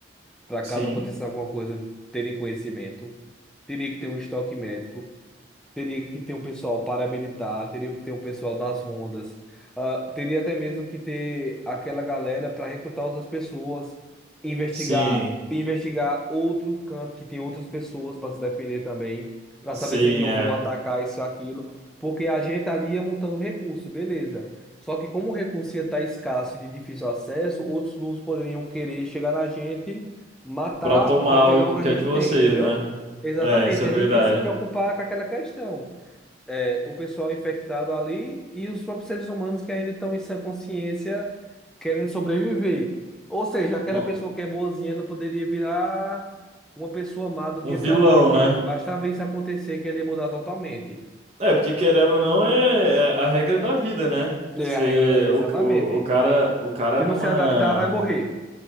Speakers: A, in the centre; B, on the right (about 35°).
A: para
B: Sim,
A: caso aconteça alguma coisa, terem conhecimento. Teria que ter um estoque médico. teria que ter um pessoal paramilitar, teria que ter um pessoal das rondas, ah, teria até mesmo que ter aquela galera para recrutar outras pessoas, investigar,
B: sim,
A: investigar outro canto que tem outras pessoas para se defender também, para
B: sim,
A: saber se eles não
B: é.
A: vão atacar isso ou aquilo, porque a gente ali ia montando recurso, beleza. Só que como o recurso ia estar escasso e de difícil acesso, outros grupos poderiam querer chegar na gente, matar
B: Para tomar
A: para pegar
B: o que
A: o que
B: o que
A: a gente
B: é de vocês,
A: tem, entendeu?
B: né?
A: Exatamente,
B: É, isso é
A: a
B: verdade.
A: gente ia se preocupar com aquela questão. É, o pessoal infectado ali e os próprios seres humanos que ainda estão em sã consciência querendo sobreviver. Ou seja, aquela
B: No-
A: pessoa que é boazinha, ela poderia virar uma pessoa má do
B: Um
A: dia
B: vilão,
A: para a noite.
B: né?
A: Bastava isso acontecer que ele ia mudar totalmente.
B: É, porque querendo ou não é a a regra da vida, né?
A: É
B: Você,
A: a regra, exatamente.
B: o, o, o cara, o cara
A: Se
B: numa,
A: não se adaptar, vai morrer.